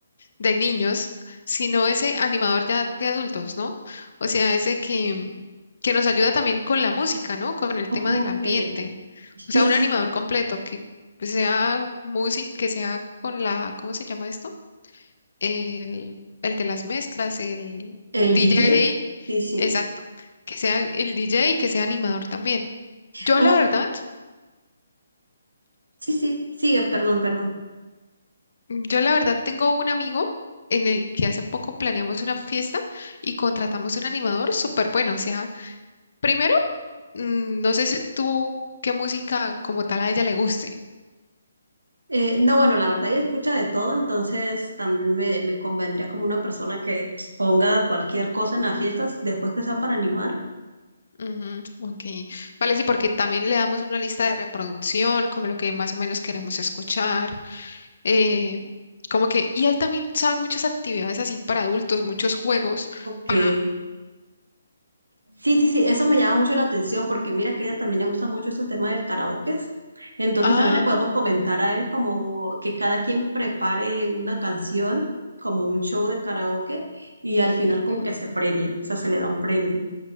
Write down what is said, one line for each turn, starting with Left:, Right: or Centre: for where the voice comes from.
Left: de niños, sino ese animador ya de adultos, ¿no? O sea, ese que, mm, que nos ayuda también con la música, ¿no? Con el
Right: Ok.
Left: tema del ambiente.
Right: Sí,
Left: O sea, un
Right: sí,
Left: animador
Right: sí.
Left: completo que sea música, que sea con la, ¿cómo se llama esto? el, el de las mezclas, el
Right: ¿El
Left: DJ,
Right: DJ? Sí, sí.
Left: exacto, que sea el DJ y que sea animador también. Yo
Right: Oh,
Left: la verdad,
Right: mira. Sí, sí, sigue, perdón, perdón.
Left: yo la verdad tengo un amigo en el que hace poco planeamos una fiesta y contratamos un animador súper bueno. O sea, primero, mm, no sé si tú qué música como tal a ella le guste.
Right: Eh, no, bueno, la verdad ella escucha de todo, entonces también me, me convendría como una persona que pues, ponga cualquier cosa en las fiestas después que sea para animar.
Left: Ujú, ok, vale, sí, porque también le damos una lista de reproducción, como lo que más o menos queremos escuchar. eh, como que, y él también sabe muchas actividades así para adultos, muchos juegos para...
Right: O Sí, sí, sí, eso me llama mucho la atención porque mira que a ella también le gusta mucho este tema del karaoke. Entonces
Left: Ah,
Right: también le podemos comentar a él como que cada quien prepare una canción, como un show de karaoke, y al final
Left: ujú.
Right: como que se premia, o sea, se le da un premio.